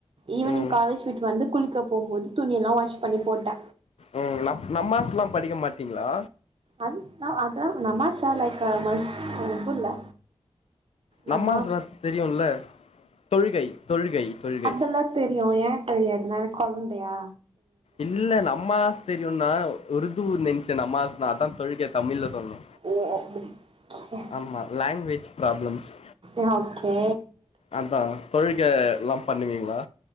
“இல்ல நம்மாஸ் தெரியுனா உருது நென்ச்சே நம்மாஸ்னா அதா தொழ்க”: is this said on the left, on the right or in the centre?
Left